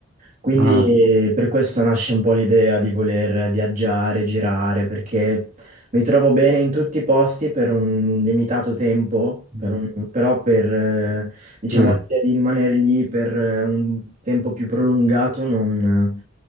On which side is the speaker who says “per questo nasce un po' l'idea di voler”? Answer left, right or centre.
Right